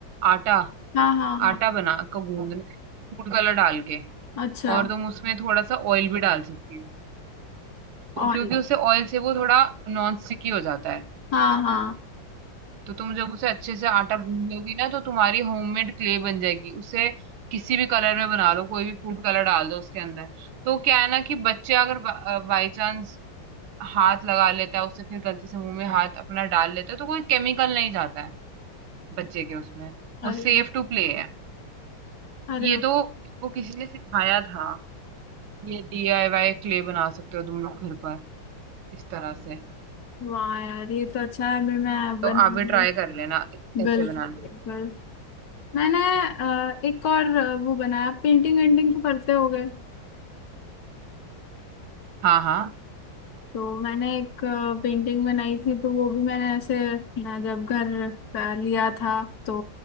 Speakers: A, on the right; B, on the left.
A: आटा
B: हाँ हाँ
A: आटा
B: हाँ
A: बना का गूंदना है, फूड कलर डाल के
B: अच्छा
A: और तुम उसमें थोड़ा सा ऑयल भी डाल सकती
B: और
A: हो क्योंकि उससे ऑयल से वो थोड़ा नॉन स्टिकी हो जाता है
B: हाँ हाँ
A: तो तुम जब उसे अच्छे से आटा गूंद लोगी ना तो तुम्हारी होममेड क्ले बन जाएगी उसे किसी भी कलर में बना लो कोई भी फूड कलर डाल दो उसके अंदर तो क्या है ना कि बच्चे अगर बाई चांस हाथ लगा लेता है उससे फिर गलती से मुंह में हाथ अपना डाल लेता है तो कोई केमिकल नहीं जाता है बच्चे के उसमें
B: अरे
A: वो सेफ टू प्ले है
B: अरे
A: ये तो वो किसी ने सिखाया था ये डीआईवाई क्ले बना सकते हो तुम लोग घर पर इस तरह से
B: वाह यार ये तो अच्छा है मैं मैं बनाऊंगी
A: तो आप भी ट्राई कर लेना ऐसे
B: बिल्कुल
A: बनाने
B: बिल्कुल मैंने अ, एक और अ, वो बनाया पेंटिंग वेंटिंग तो करते होगे
A: हाँ हाँ
B: तो मैंने एक पेंटिंग बनाई थी तो वो भी मैंने ऐसे अ, जब घर अ, लिया था तो